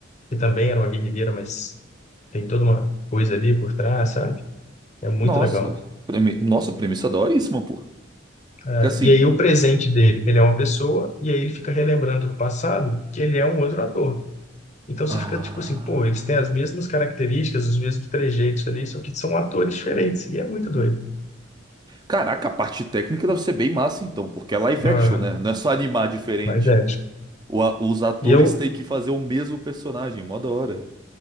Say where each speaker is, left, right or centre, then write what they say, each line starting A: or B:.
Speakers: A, on the left; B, on the right.
A: que também era uma guerrilheira, mas tem toda uma coisa ali por trás, sabe? É muito
B: Nossa.
A: legal.
B: Premi... Nossa, premissa é daoríssima, pô.
A: Ah,
B: Que assim.
A: e aí o presente dele, ele é uma pessoa, e aí ele fica relembrando do passado que ele é um outro ator. Então você
B: Ah.
A: fica tipo assim, pô, eles têm as mesmas características, os mesmos trejeitos ali, só que são atores diferentes, e é muito doido.
B: Caraca, a parte técnica deve ser bem massa, então, porque é live
A: Ah,
B: action, né? Não é só animar diferente.
A: mas é. tipo,
B: O a- Os atores
A: E eu,
B: têm que fazer o mesmo personagem, mó da hora.